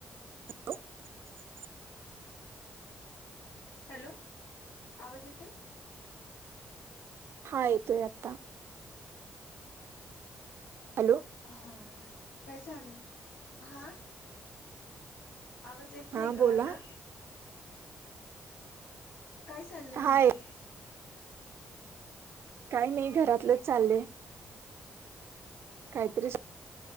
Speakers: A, on the right (about 65°); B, on the left (about 85°).
A: <inaudible>
B: Hello आवाज येतोय.
A: हा येतोय आता. हॅलो
B: हा काय चाललंय. हा, आवाज येत
A: हा
B: नाही का
A: बोला
B: माझा. काय चाललंय
A: हाय
B: म्हटलं.
A: काय नाही घरातलंच चाललंय. काहीतरी